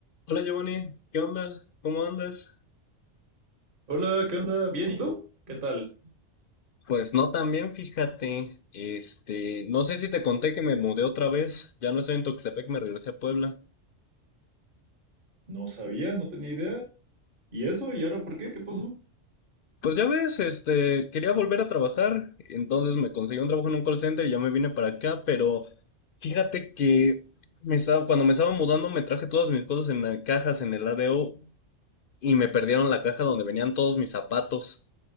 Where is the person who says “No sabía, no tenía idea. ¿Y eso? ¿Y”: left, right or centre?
Right